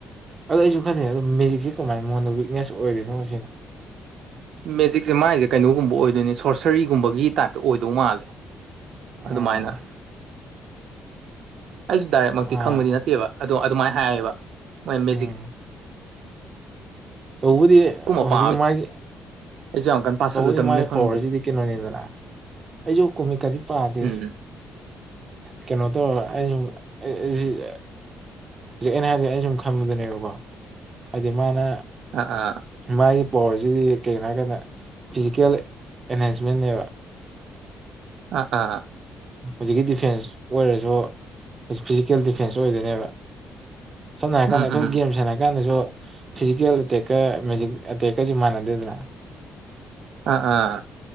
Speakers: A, on the right; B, on the right.
A: ꯑꯗꯣ ꯑꯩꯁꯨ ꯈꯜꯂꯤꯩ ꯑꯗꯣ ꯃꯦꯖꯤꯛꯁꯦ ꯀꯃꯥꯏꯅ ꯃꯉꯣꯟꯗ ꯋꯤꯛꯅꯦꯁ ꯑꯣꯏꯔꯤꯅꯣ ꯁꯤꯅꯤ
B: ꯃꯦꯖꯤꯛꯁꯦ ꯃꯒꯤꯁꯦ ꯀꯩꯅꯣꯒꯨꯝꯕ ꯑꯣꯏꯗꯣꯏꯅꯦ ꯁꯣꯔꯁꯔꯤꯒꯨꯝꯕꯒꯤ ꯇꯥꯏꯞꯇ ꯑꯣꯏꯗꯧ ꯃꯥꯜꯂꯦ
A: ꯎꯝ
B: ꯑꯗꯨꯃꯥꯏꯅ ꯑꯩꯁꯨ ꯗꯥꯏꯔꯦꯛꯃꯛꯇꯤ
A: ꯑꯥ
B: ꯈꯪꯕꯗꯤ ꯅꯠꯇꯦꯕ ꯑꯗꯣ ꯑꯗꯨꯃꯥꯏꯅ ꯍꯥꯏꯌꯦꯕ ꯃꯣꯏ ꯃꯦꯖꯤꯛ
A: ꯎꯝ ꯇꯧꯕꯗꯤ
B: ꯀꯨꯝꯕ
A: ꯍꯧꯖꯤꯛ
B: ꯄꯥꯝꯃꯦ
A: ꯃꯥꯒꯤ
B: ꯑꯩꯁꯨ ꯌꯥꯝ ꯀꯟꯅ ꯄꯥꯁꯜꯂꯨꯗꯕꯅꯤꯅ
A: ꯇꯧꯕꯗꯤ ꯃꯥꯥꯏ
B: ꯈꯪꯗꯦ
A: ꯄꯋꯥꯔꯁꯤꯗꯤ ꯀꯩꯅꯣꯅꯤꯗꯅ ꯑꯩꯁꯨ ꯀꯣꯃꯤꯀꯥꯗꯤ ꯄꯥꯗꯦ
B: ꯎꯝ
A: ꯀꯩꯅꯣ ꯧ ꯑꯩ ꯁꯨꯝ ꯍꯧꯖꯤꯛ ꯑꯩꯅ ꯍꯥꯏꯖꯤꯦ ꯑꯩꯅ ꯁꯨꯝ ꯈꯟꯕꯗꯨꯅꯦꯕꯀꯣ ꯑꯗꯤ ꯃꯥꯅ
B: ꯑꯥ ꯑꯥ
A: ꯃꯥꯒꯤ ꯄꯋꯥꯔꯁꯤꯗꯤ ꯀꯩꯒꯤꯅꯣ ꯍꯥꯏꯔ ꯀꯥꯟꯗ ꯐꯤꯖꯤꯀꯦꯜ ꯑꯦꯅꯦꯟꯖꯃꯦꯟꯅꯦꯕ
B: ꯑꯥ ꯑꯥ
A: ꯍꯧꯖꯤꯛꯀꯤ ꯗꯤꯐꯦꯟꯁ ꯑꯣꯏꯔꯁꯨ ꯍꯧꯖꯤꯛ ꯐꯤꯖꯤꯀꯦꯜ ꯗꯤꯐꯦꯟꯁ ꯑꯣꯏꯗꯣꯏꯅꯦꯕ ꯁꯝꯅ ꯍꯥꯏꯔꯀꯥꯟꯗ
B: ꯎꯝ
A: ꯑꯩꯈꯣꯏ
B: ꯎꯝ
A: ꯒꯦꯝ ꯁꯥꯟꯅ ꯍꯥꯏꯔ ꯀꯥꯟꯗꯁꯨ ꯐꯤꯖꯤꯀꯦꯜ ꯑ ꯇꯦꯛꯀꯦꯖꯤ ꯇꯦꯛꯀꯁꯤ ꯃꯥꯟꯅꯗꯦꯗꯅ
B: ꯑ ꯑꯥ